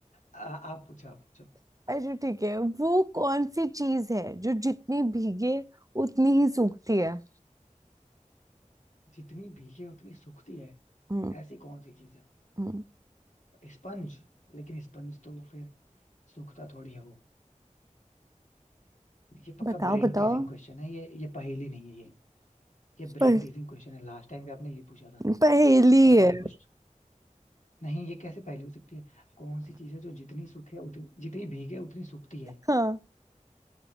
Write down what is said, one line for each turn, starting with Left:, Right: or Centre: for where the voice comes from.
Left: आ, आप पूछो आप पूछो
Right: <laughs> अच्छा ठीक है वो कौन सी चीज है जो जितनी भीगे उतनी ही सूखती है
Left: जितनी भीगे उतनी सूखती है
Right: हम्म
Left: ऐसी कौन सी चीज है
Right: हम्म
Left: स्पंज लेकिन स्पंज तो फिर सूखता थोड़ी है वो ये पक्का
Right: बताओ
Left: ब्रेन
Right: बताओ
Left: टीजिंग क्वेश्चन है ये ये पहेली नहीं है ये ये ब्रेन
Right: प-
Left: टीजिंग क्वेश्चन है लास्ट टाइम भी आपने ये पूछा था
Right: पहेली
Left: ऐसा
Right: है
Left: ही कुछ नहीं ये कैसे पहेली हो सकती है कौन सी चीज है जो जितनी सूखे उतनी जितनी भीगे उतनी सूखती है
Right: हाँ